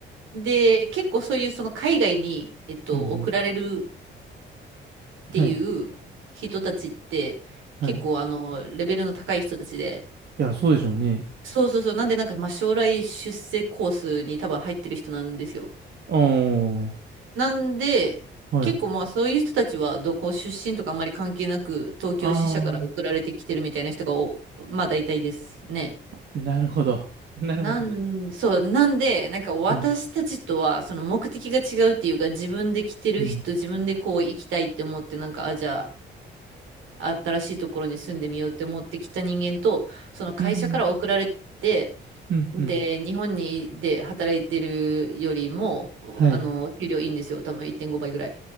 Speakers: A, on the right (about 80°); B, on the right (about 60°).
A: で、結構そういうその海外に、えっと、
B: うん、うん。
A: 送られるっていう人たちって、
B: はい。はい。
A: 結構あの、
B: い
A: レベルの高い人たちで、
B: や、そうでしょうね。
A: そうそうそう、なんでなんか、まあ、将来出世コースに多分入ってる人なんですよ。
B: ああ、
A: なんで、
B: はい。
A: 結構まあそういう人たちはどこ出身とかあんまり関係なく、東京支社から送られてきてるみたいな人がお、
B: あ
A: まあ大体ですね。
B: あ、なるほど。<laughs> なるほど。
A: なん、そう、なんで、なんか私たちとはその目的が違うっていうか、
B: はい。
A: 自分で来てる人、
B: うん。
A: 自分でこう行きたいって思って、なんか、あ、じゃあ、新しいところに住んでみようって思ってきた人間と、その会社から送られて、
B: うん。うん、
A: で、
B: うん。
A: 日本にで働いてるよりも、
B: はい。
A: あの、給料いいんですよ。多分1.5倍ぐらい。